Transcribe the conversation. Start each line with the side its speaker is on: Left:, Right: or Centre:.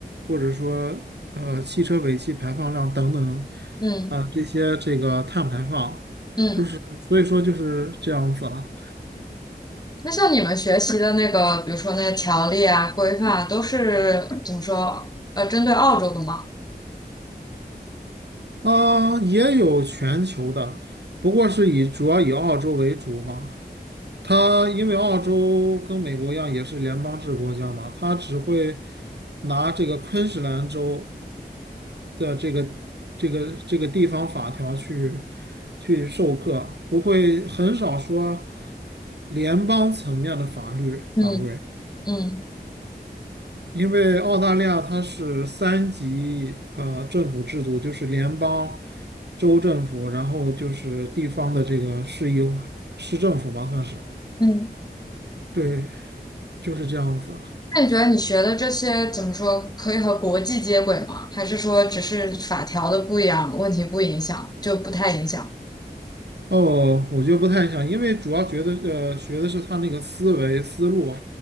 Right: 或者说呃汽车尾气排放量等等，
Left: 嗯嗯。
Right: 啊、这些这个碳排放，
Left: 嗯
Right: 就是所以说就是这样子了。
Left: 那像你们学习的那个，比如说那些条例啊、规范啊，都是怎么说？呃，针对澳洲的吗？
Right: 啊、也有全球的，不过是以主要以澳洲为主嘛。他因为澳洲跟美国一样也是联邦制国家嘛，他只会拿这个昆士兰州的这个这个这个地方法条去去授课，不会很少说联邦层面的法律法规。
Left: 嗯嗯
Right: 因为澳大利亚它是三级呃政府制度，就是联邦、州政府，然后就是地方的这个市议市政府吧，算是，
Left: 嗯。
Right: 对，就是这样子。
Left: 那你觉得你学的这些怎么说，可以和国际接轨吗？还是说只是法条的不一样，问题不影响，就不太影响？
Right: 哦，我觉得不太想，因为主要觉得呃学的是他那个思维思路，